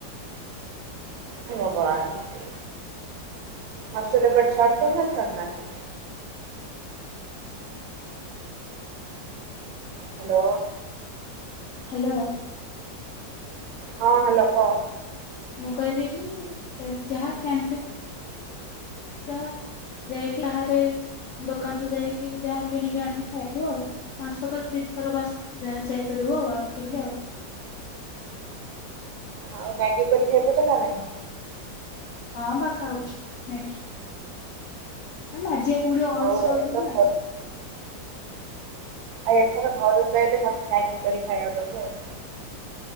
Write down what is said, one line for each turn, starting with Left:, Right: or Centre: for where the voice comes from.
Right: ହେ ଭଗବାନ ହଷ୍ଟେଲରେ ଏପଟେ ଛାଡ଼ୁ ଚନି ନା ଛାଡ଼ୁ ନାହାନ୍ତି ହ୍ୟାଲୋ
Left: ହ୍ୟାଲୋ
Right: ହଁ ହ୍ୟାଲୋ କହ
Left: ମୁଁ କହିଲି କି କ୍ୟା ଯାହା କ୍ୟାଣ୍ଟିନ୍ ଯାହା ଯାଇକି ବାହାରେ ଦୋକାନରୁ ଯାଇକି ଯାହା କିଣିକି ଆଣିକି ଖାଇବୁ ଆଉ ମାସକରେ ଦିଇ ଥର ବାସ୍ ଯାହା ଯାଇପାରିବ ଆଉ ଆଉ ଟିଙ୍ଗ ଆଉ
Right: ଆଉ ମ୍ୟାଗି କରିକି ଗେବୁଚୁ ନା ନାଇଁ
Left: ହଁ ପାଖା ହାଉଛି ନାଇକି ମାଜିଆକୁ ପଡ଼ିବ
Right: ହଉ
Left: ଅଳସୁଆ ଆମ
Right: ଏଥର
Left: ନା
Right: ଆଉ ଏଥର ଘରକୁ ଆଇଲେ ମତେ ମ୍ୟାଗି କରି ଖାଇବାକୁ ଦବୁ ଆଉ